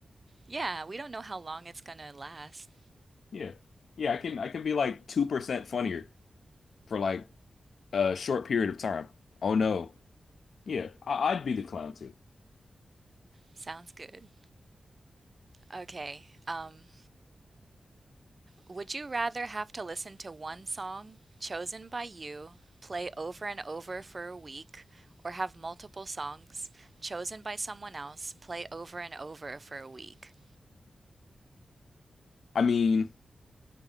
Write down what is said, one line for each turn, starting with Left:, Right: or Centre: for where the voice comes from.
Right: Yeah, we don't know how long it's gonna last.
Left: Yeah. Yeah, I can I can be like 2% funnier for like a short period of time. Oh no. Yeah, I, I'd be the clown too.
Right: Sounds good. Okay. Um Would you rather have to listen to one song chosen by you play over and over for a week, or have multiple songs chosen by someone else play over and over for a week?
Left: I mean,